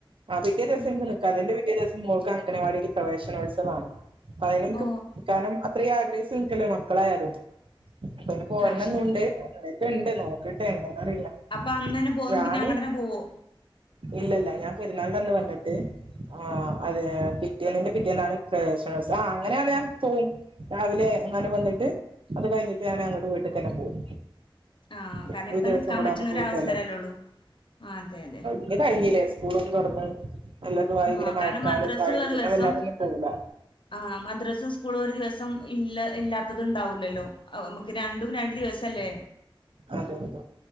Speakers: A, on the right (about 70°); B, on the left (about 65°).
A: ആ പിറ്റേ ദിവസം
B: ഉം
A: ഇന്ക് നി ക്ക അതിന്റെ പിറ്റേ ദിവസം മോൾക്ക് അങ്കനവാടിയിൽ പ്രവേശനോത്സവമാണ് അപ്പോ അതിനെനിക്ക്
B: ഓ
A: നിക്കാനും അത്രീം ആഗ്രഹിച്ചു നിക്കല്ലോ മക്കളായാലും അപ്പം അയിന് പോരണന്നുണ്ട്
B: അത് ശരി.
A: ഉണ്ട് നോക്കട്ടെ എങ്ങന അറിയില്ല
B: അപ്പൊ അന്ന്ന്നെ പോന്ന്
A: ഞാന്
B: പിന്നെ അങ്ങട്ട്ന്നെ പോവോ
A: ഇല്ലല്ല ഞാൻ പെരുന്നാളിന്റന്ന് വന്നിട്ട് ആഹ് അതെ പിറ്റേന്ന്ന്റെ പിറ്റേന്നാണ് പ്രവേശനോത്സ ആഹ് അങ്ങനെയാണ് ഞാൻ പോകും രാവിലെ അങ്ങനെ വന്നിട്ട് അത് കഴിഞ്ഞിട്ട് ഞാൻ അങ്ങട്ട് വീട്ടക്ക്എന്നെ പോവും
B: ആ കാരണം
A: എപ്പഴും
B: ഇപ്പ
A: ദിവസം
B: നിക്കാൻ
A: കൂടാം
B: പറ്റണ
A: നമുക്ക്
B: ഒരു
A: ബുദ്ധിമുട്ടല്ലെ
B: അവസരല്ലേ ഉള്ളൂ. ആ അതെ അതെ.
A: ഇഞ് കഴിഞ്ഞിലെ സ്കൂളൊക്കെ തുറന്ന് നല്ലതു ആയി
B: ആ
A: പിന്നെ മഴക്കാലൊക്ക
B: കാരണം മദ്രസ
A: ആയിട്ട്
B: ഉള്ള
A: പിന്നെ
B: ദിവസം
A: വല്ലാതൊന്നും പോവൂല
B: ആഹ് മദ്രസും സ്കൂളും ഒരു ദിവസം ഇല്ല ഇല്ലാത്തത് ഉണ്ടാവൂല ല്ലോ അഅ് നമുക്ക് രണ്ടും രണ്ടു ദിവസല്ലേ
A: അതെ അതെ